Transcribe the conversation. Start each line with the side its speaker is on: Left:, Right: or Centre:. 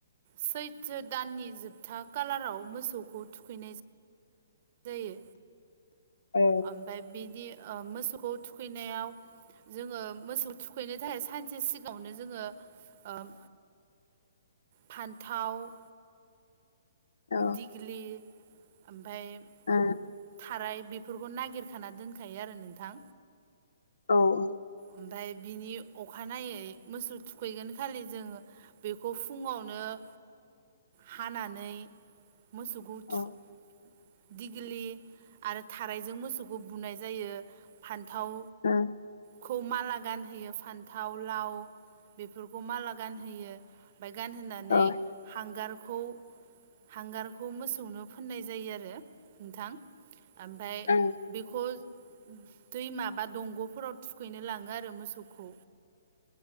Right: सैटो दाननि जोबथा कालाराव मोसौखौ थुखैनाय जायो।
Left: औ।
Right: आमफाय बिदि ओ मोसौखौ थुखैनायाव जोङो मोसौ थुखैनो थाखाय सानसे सिगाङावनो जोङो उम फान्थाव
Left: औ
Right: दिग्लि ओमफाय
Left: ओ
Right: थाराय बिफोरखौ नागिरखाना दोनखायो आरो नोंथां।
Left: औ औ।
Right: ओमफ्राय बिनि अखानायै मोसौ थुखैगोन खालि जोङो बेखौ फुङावनो हा हानानै मोसौखौ थु
Left: औ
Right: दिग्लि आरो थारायजों मोसौखौ बुनाय जायो फान्थाव
Left: ओ
Right: खौ माला गानहोयो फान्थाव लाव बेफोरखौ माला गानहोयो ओमफाय गानहोनानै
Left: औ
Right: हांगारखौ हांगारखौ मोसौनो फोननाय जायो आरो। नोंथां आमफाय
Left: ओं
Right: बिखौ दैमा बा दंग'फोराव थुखैनो लाङो आरो मोसौखौ।